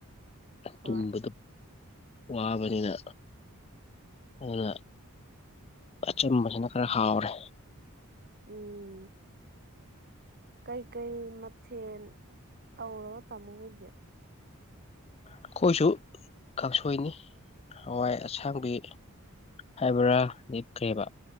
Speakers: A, on the right; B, on the left.
A: ꯍꯣꯏ
B: ꯇꯨꯝꯕꯗ ꯋꯥꯕꯅꯤꯅ ꯎꯅ ꯑꯆꯨꯝꯕꯁꯤꯅ ꯈꯔ ꯍꯥꯎꯔꯦ
A: ꯎꯝ ꯀꯩꯀꯩ ꯃꯊꯦꯜ ꯇꯧꯔꯕ ꯇꯝꯃꯣ ꯍꯣꯏꯗꯤ
B: ꯑꯩꯈꯣꯏꯁꯨ ꯀꯥꯡꯁꯣꯏꯅꯤ ꯍꯋꯥꯏ ꯑꯁꯥꯡꯕꯤ ꯍꯥꯏꯕ꯭ꯔꯥ ꯂꯦꯞꯈ꯭ꯔꯦꯕ